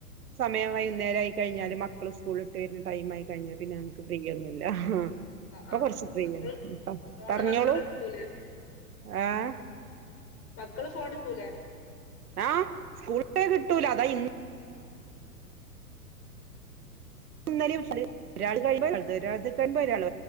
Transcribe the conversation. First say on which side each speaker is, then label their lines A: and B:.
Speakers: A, on the right (about 65°); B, on the left (about 30°).
A: സമയം വൈകുന്നേര ആമായി കഴിഞ്ഞാലും മക്കള് സ്കൂൾ ഇട്ട് വരുന്ന ടൈം ആയി കഴിാൽ പിന്നെ നമുക്ക് ഫ്രീയ ഒന്നുമ ഇ
B: ആഹ്
A: ഇപ്പൊ
B: ആഹ്
A: കൊറച്ച ഫ്രീയാണ്
B: മക്കള് ഫോണ്
A: പറഞ്ഞോളൂ
B: മക്കള് എടുക്കൂലേ
A: ആഹ
B: മക്കള് ഫോടിക്കൂലെ
A: ആഹ് സ്കൂളേ കിട്ടൂല അതാ ഇന്ന് ഒന്നും ഒരാൾ കഴ്പോ ഒരാൾ കഴ്പ ഒരാ